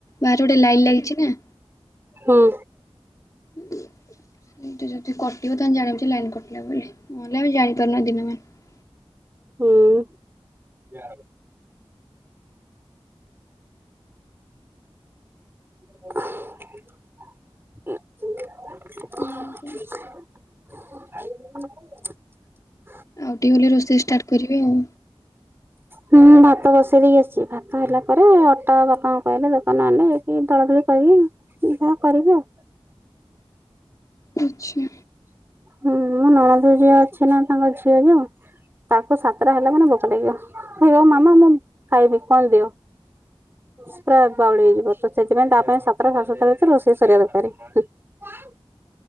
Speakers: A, on the left (about 35°); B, on the right (about 25°).
A: ବାହାରେ ଗୋଟେ ଲାଇଟ୍ ଲାଗିଛି ନା।
B: ହଁ।
A: ଏଇଟା ଯଦି କ ଟିବ ତାହାଲେ ଜାଣିବ ଯେ ଲାଇନ୍ କାଟିଲା ବୋଲି, ନହେଲେ ଆମେ ଜାଣିପାରୁନା ଦିନ ମାନ।
B: ହୁଁ। ହଁ ହଉ
A: ଆଉ
B: ଆ
A: କଣ ଆଉ ଟିକେ ଗଲେ ରୋଷେଇ ଷ୍ଟାର୍ଟ କରିବେ ଆଉ।
B: ହୁଁ ଭାତ ବସେଇ ଦେଇକି ଆସଚି ଭାତ ହେଲା ପରେ ଅଟା ବାପାଙ୍କୁ କହିଲେ ଦୋକାନ ଆଣିଲ ଯାଇକି ଦଳାଦଳି କରି ଉଁ ଯାହା କରିବି ଆଉ।
A: ଆଛା।
B: ହୁଁ ମୋ ନଣଦେଇ ଯିଏ ଅଛି ନା ତାଙ୍କ ଝିଅ ଯୋଉ ତାକୁ ସାତଟା ହେଲା ମାନେ ଭୋକ ଲାଗିବ କହିବ ମାମା ମୁଁ ଖାଇବି କଣ ଦିଅ। ପୁରା ବାଉଳି ହେଇଯିବ ତ ସେଥିପାଇଁ ତା ପାଇଁ ସାତଟା ସାଢେ ସାତଟା ଭିତରେ ରୋଷେଇ ସରିବା ଦରକାରେ। ହ